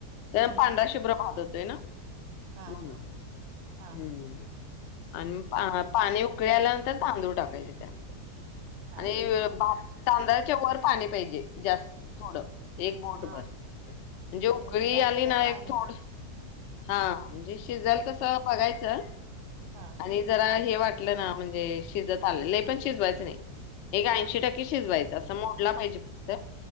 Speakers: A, on the left; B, on the right.
A: त्या
B: हम्म
A: पांडरा शुभ्र भात ते ना.
B: हा
A: म्हणून
B: हा. हा
A: हम्म. आणि पाणी उकळ आल्यानंतर तांदूळ टाकायचे त्यामध्ये
B: हा
A: आणि
B: हा
A: भा तांदळाचे वर पाणी पाहिजे जास थोडं एक बोट
B: हा
A: भर म्हणजे उकळी
B: म्हणजे जास्त
A: आली ना
B: पाणी
A: एक थोड हा म्हणजे शिजल तसं बघायचं
B: हा
A: आणि जरा हे वाटलं ना म्हणजे शिजत आलेलं पण शिजवायचं नाही एक ऐंशी
B: हा
A: टक्क
B: हा
A: शिजयचं मोडला पाहिजे फक्त